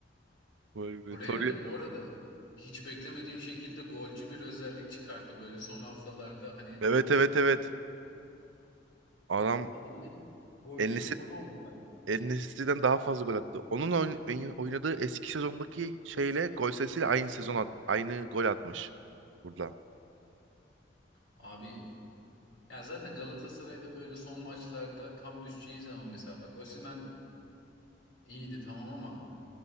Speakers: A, on the right (about 85°); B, on the left (about 80°).
A: Vay be
B: Torreira
A: Torreira.
B: da bu arada hiç beklemediğim şekilde golcü bir özellik çıkarttı böyle son haftalarda hani
A: Evet evet evet. Adam
B: Adamın en golcü
A: En
B: sezonu oldu galiba.
A: En-Nesyri'den daha fazla gol attı. Onun oyn- oyn- oynadığı eski sezondaki şeyle gol sayısıyla aynı sezon at aynı gol atmış burada.
B: Abi ya zaten Galatasaray'da böyle son maçlarda tam düşeceği zaman mesela bak Osimhen iyiydi tamam ama